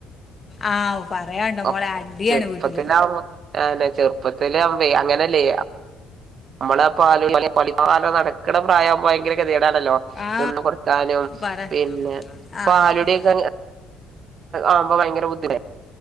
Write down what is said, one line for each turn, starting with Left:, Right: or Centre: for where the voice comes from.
Left: ആ പറയാണ്ടോ മോളെ
Right: ഒക്ക്
Left: അടിയാണ്
Right: ചെറുപ്പത്തിലാമ്പൊ
Left: വീട്ടിൽ
Right: ആഹ് തന്നെ ചെറുപ്പത്തിലാമ്പേ അങ്ങനല്ലേ ഇമ്മള് ആ പാൽ <unintelligible> നടക്കണ പ്രായം ആമ്പോ ഭയങ്കര ഗതിേ കേടാണല്ലോ
Left: ആ
Right: നിന്ന് കൊടുത്താലും
Left: പറ
Right: പിന്നെ
Left: ആ
Right: പാലുകുടിക്കെ ആണെ ആമ്പോ ഭയങ്കര ബുദ്ധിമുട്ട് ല്ലേ